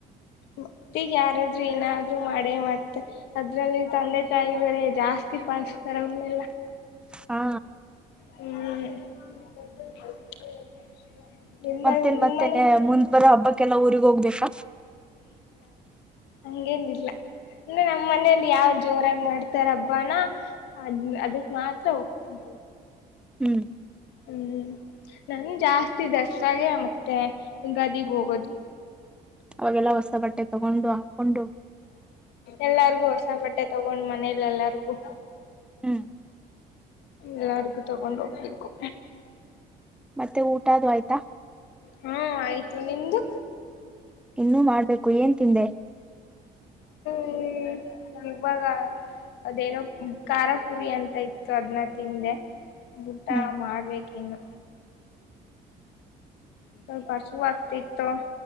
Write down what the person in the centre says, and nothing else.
ಹಾ.
ಮತ್ತೇನ್
ಮತ್ತೇನೆ ಮುಂದ್ ಬರ ಹಬ್ಬಕ್ಕೆಲ್ಲ ಊರಿಗ್ ಹೋಗ್ಬೇಕಾ.
ಹ್ಮ್
ಅವಾಗೆಲ್ಲಾ ಹೊಸ ಬಟ್ಟೆ ತಗೊಂಡು ಅ ಕೊಂಡು.
ಹ್ಮ್
ಮತ್ತೆ ಊಟಾದು ಆಯ್ತಾ.
ಇನ್ನೂ ಮಾಡ್ಬೇಕು ಏನ್ ತಿಂದೆ.
ಹ್ಮ್